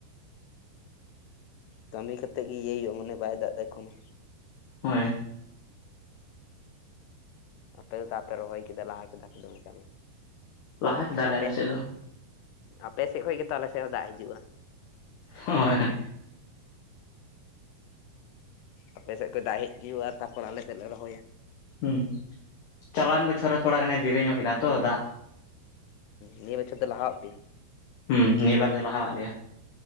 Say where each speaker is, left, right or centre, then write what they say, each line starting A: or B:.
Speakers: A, on the left; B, on the left.
A: ᱠᱟᱹᱢᱤ ᱠᱟᱛᱮᱫ ᱜᱮ ᱤᱭᱟᱹᱭ ᱦᱩᱭᱩᱜᱼᱟ ᱢᱟᱱᱮ ᱵᱟᱭ ᱫᱟᱜ ᱮᱠᱷᱚᱱᱳ᱾
B: ᱦᱳᱭ
A: ᱟᱯᱮ ᱫᱚ ᱛᱟᱯᱮ ᱨᱚᱦᱚᱭ ᱠᱮᱫᱟ ᱞᱟᱦᱟ ᱠᱮᱫᱟ ᱯᱮ ᱫᱚᱢᱮ ᱠᱟᱹᱢᱤ
B: ᱞᱟᱦᱟ ᱠᱮᱫᱟᱞᱮ
A: ᱟᱫᱚ ᱟᱯᱮ
B: ᱟᱞᱮ ᱥᱮᱫ ᱫᱚ᱾
A: ᱟᱯᱮ ᱥᱮᱫ ᱠᱷᱚᱡ ᱜᱮᱛᱚ ᱟᱮ ᱥᱮᱫ ᱦᱚᱸ ᱫᱟᱜ ᱦᱤᱡᱩᱜᱼᱟ᱾
B: ᱦᱳᱭ ᱦᱳᱭ᱾
A: ᱟᱯᱮ ᱥᱮᱫ ᱠᱚᱡ ᱫᱟᱜ ᱦᱮᱡ ᱦᱩᱭᱩᱜᱼᱟ ᱛᱟᱯᱚᱨ ᱟᱞᱮ ᱥᱮᱫ ᱞᱮ ᱨᱚᱦᱚᱭᱟ᱾
B: ᱦᱩᱸ ᱪᱟᱞᱟᱣᱮᱱ ᱵᱚᱪᱷᱚᱨ ᱨᱮ ᱛᱷᱚᱲᱟ ᱜᱟᱱᱮ ᱫᱮᱨᱤ ᱧᱚᱜ ᱠᱮᱫᱟ ᱛᱚ ᱫᱟᱜ
A: ᱱᱤᱭᱟᱹ ᱵᱚᱪᱷᱚᱨ ᱫᱚ ᱞᱟᱦᱟᱣᱟᱜ ᱯᱮᱭᱟ?
B: ᱦᱢ ᱱᱤᱭᱟᱹ ᱵᱟᱨ ᱫᱚᱭ ᱞᱟᱦᱟᱣᱟᱜ ᱞᱮᱭᱟ᱾